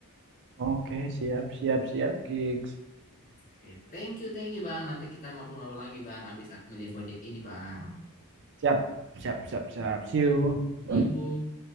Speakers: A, on the right; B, on the left.
A: oke siap siap siap gigs
B: Oke, thank you, thank you bang. Nanti kita ngobrol-ngobrol lagi bang. Abis aku ngerjain project ini bang.
A: siap siap siap siap see you
B: See you.